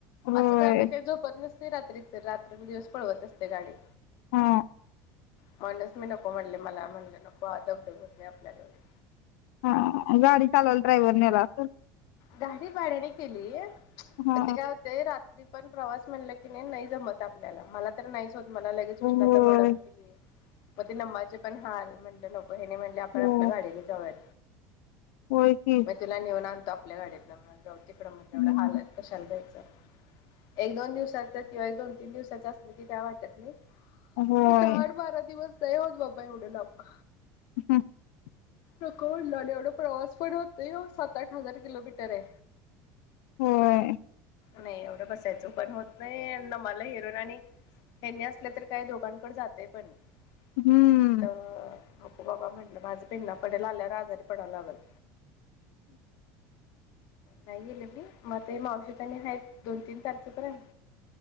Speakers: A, on the left; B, on the left.
A: होय
B: आता दादा काय झोपत नस ते रात्रीच र रात्रंदिवस पळवत असते गाडी
A: हा
B: म्हणूनच मी नको म्हणले मला म्हणलं नको वा दगदग होते आपल्याला एवढी
A: हा गाडी चालवायला ड्रायव्हर नेला असल
B: गाडी भाड्याने केलीय
A: हा
B: पण ते काय होतय रात्री पण प्रवास म्हणलं की नाय नाही जमत आपल्याला मला तर नाहीच होत मला लगेच
A: होय
B: उष्णता भडकती पण ते नमाचे पण हाल म्हणलं न हेनी म्हणटले आपण
A: हो
B: आपल्या गाडीने जाऊयात.
A: होय की
B: मी तीला नेऊन आण आपल्या गाडीतला <unintelligible> जाऊ तिकडं म्हणलं,
A: हम्म
B: एवढं हालत कशाले जायच? एक-दोन दिवसाचं किंवा एक, दोन-तीन दिवसाचं असलं की काय वाटत नाही.
A: होय
B: अं दहा आठ बारा दिवस <unintelligible> होत बाबा एवढ्या लांब
A: <unintelligible>
B: नको म्हणलं आणि एवढा प्रवास पण होत नाही ओ सात-आठ हजार किलोमीटरेय
A: होय
B: नाय एवढं बसायचं पण होत नाहीये न मला <unintelligible> हेन्नी असलं तर काय दोघांकडं जातंय पण
A: हम्म
B: <inaudible> त नको बाबा म्हणलं माझं पेंढा पडेल, आल्यावर आजारी पडावं लागंल नाय गेले मी मग ते मावशी त्यानी हायेत दोन-तीन तारखेपर्यंत